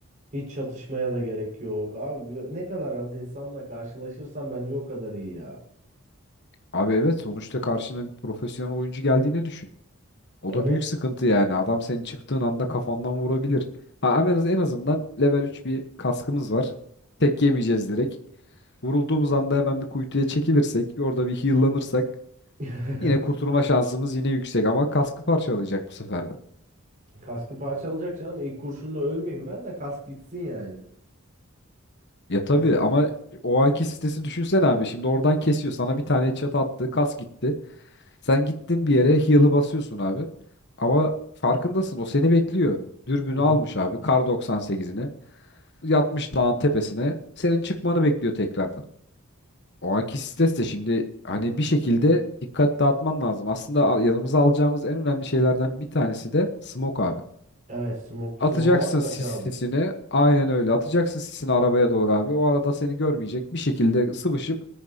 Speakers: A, on the right; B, on the left.
A: Hiç çatışmaya da gerek yok. Abi ne kadar az insanla karşılaşırsan bence o kadar iyi ya.
B: Abi evet sonuçta karşına bir profesyonel oyuncu geldiğini düşün. O
A: Evet.
B: da büyük sıkıntı yani adam senin çıktığın anda kafandan vurabilir. Ha en az- en azından level 3 bir kaskımız var. Tek yemeyeceğiz direkt. Vurulduğumuz anda hemen bir kuytuya çekilirsek orada bir heal'lanırsak
A: <laughs>
B: yine kurtulma şansımız yine yüksek ama kaskı parçalayacak bu sefer de.
A: Kaskı parçalayacak canım. İlk kurşunla ölmeyeyim ben de kask gitsin yani.
B: Ya tabii
A: Kask.
B: ama o anki sitesi düşünsen abi. Şimdi oradan kesiyor. Sana bir tane çat attı. Kas gitti. Sen gittin bir yere heal'ı basıyorsun abi. Ama farkındasın o seni bekliyor. Dürbünü
A: Hı hı.
B: almış abi kar 98'ini. Yatmış dağın tepesine. Senin çıkmanı bekliyor tekrardan. O anki stres de şimdi hani bir şekilde dikkat dağıtman lazım. Aslında al- yanımıza alacağımız en önemli şeylerden bir tanesi de smoke abi.
A: Evet, smoke,
B: Atacaksın
A: smoke at kaç
B: sis,
A: abi.
B: sisini. Aynen öyle. Atacaksın sisini arabaya doğru abi. O arada seni görmeyecek. Bir şekilde sıvışıp